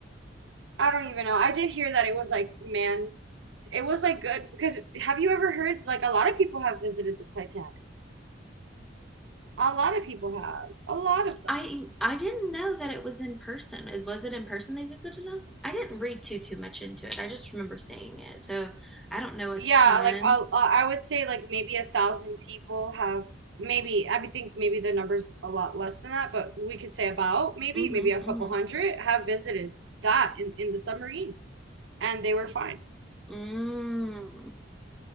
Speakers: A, on the right (about 70°); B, in the centre.
A: I don't even know. I did hear that it was like man it was like good because have you ever heard like a lot of people have visited the Titanic? A lot of people have. A lot of them.
B: I I didn't know that it was in person. Is was it in person they visited them? I didn't read too too much into it. I just remember seeing it. So I don't know a
A: Yeah,
B: ton.
A: like uh, uh, I would say like maybe a thousand people have maybe I would think maybe the number's a lot less than that, but we could say about maybe
B: Mhm.
A: maybe a
B: Mhm.
A: couple hundred have visited that in in the submarine and they were fine.
B: Mm.